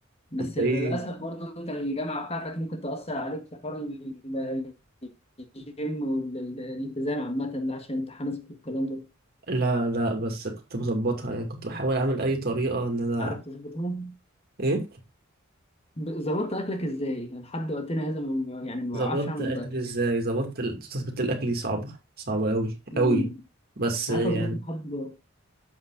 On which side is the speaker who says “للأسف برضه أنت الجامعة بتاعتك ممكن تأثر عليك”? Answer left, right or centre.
Left